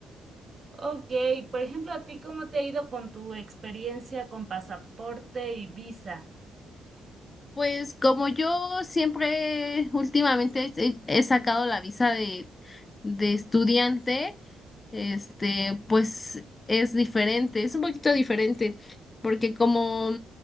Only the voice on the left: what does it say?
Pues como yo siempre últimamente he, he sacado la visa de, de estudiante, este, pues es diferente, es un poquito diferente, porque como